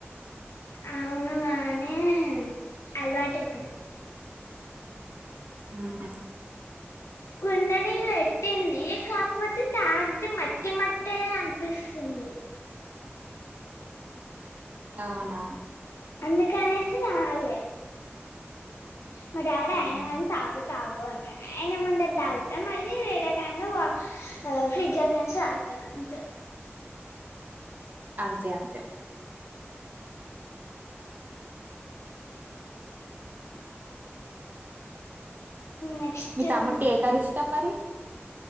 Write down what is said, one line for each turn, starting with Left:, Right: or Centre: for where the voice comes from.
Left: అవును గాని అలవాటయ్ పేయింద్
Right: ఊహు
Left: కుండని పెట్టింది కాకపోతే తాగిత మట్టి మట్టే అనిపిస్తుంది
Right: అవునా
Left: అందుకనేసి తాలే మా డాడీ అయిన
Right: ఉహు
Left: గానీ తాగు తాగు అయిన ముందర దాగుత మళ్ళీ వేరే టైం లో వ మళ్ళీ ఫ్రిడ్జ్ లో కేంచి తాగుతా
Right: అంతే అంతే
Left: నెక్స్ట్
Right: మీ తమ్ముడికి ఏ కర్రి ఇష్టం మరి